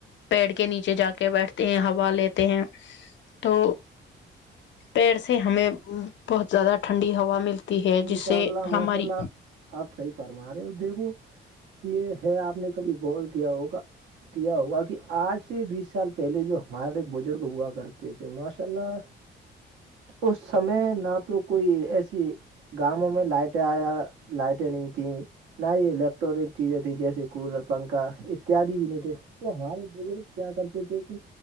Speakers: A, on the left; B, on the right.
A: پیڑ کے نیچے جا کے بیٹھتے ہیں ہوا لیتے ہیں تو پیڑ سے ہمیں بہت زیادہ ٹھنڈی ہوا ملتی ہے
B: انشاء
A: جس سے
B: اللہ
A: ہماری
B: ماشاء اللہ آپ صحیح فرما رہے ہو دیکھو یہ ہے آپ نے کبھی گور کیا ہوگا کیا ہوگا کہ آج سے بیس سال پہلے جو ہمارے بزرگ ہوا کرتے تھے ماشاء اللہ اس سمے نہ تو کوئی ایسی گؤوں میں لائٹ آیا لائٹیں نہیں تھیں نہ ہی الیکٹرانک چیزیں تھیں جیسے کولر پنکھا اتد بھی نہیں تھے تو ہمارے بزرگ کیا کرتے تھے کہ